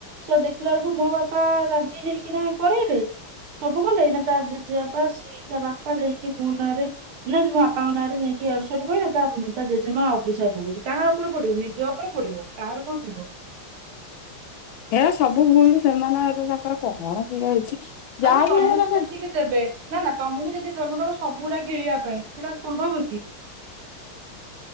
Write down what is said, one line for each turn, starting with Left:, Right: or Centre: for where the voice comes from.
Right: ସୁଆ ଦେଖ ସେତ ବେଳକୁ ମୋ ବାପା ହେଇକିନା କରାଇଲେ ସବୁ କ ନେଇନା ତା ଜେ ଅ ବାପା ସିଏ ତା ବାପା ଯାଇକି ମୋ ନାଁରେ ନାପାଙ୍କ ହରେ ଯାଇ କିୁ ସୁ କହିଲେ ତା ଜେଜେମା ଓ ବିଡ଼ିଶରେ ପକଛଛି କାହା ଉପରେ ପଡିବ ନିଜ ଉପରେ ପଢଡିବ କାହାର କଣ ଯିବ
Left: ହେ ସବୁ ଭୁଲ ସେମାନେ ଏବେ ତାଙ୍କର କଣ କିଏ ହେଇଛି। ଯାହାବି
Right: ଆଲେ ତମକୁ
Left: ହେଉ ଏରାକ
Right: ଯେତିକି ଦେବେ ନା ନା ତମକୁ ଯଦି ତମ ସବୁଡା କିଳିବା ପାଇଁ ସେଟା ସମ୍ଭବ କି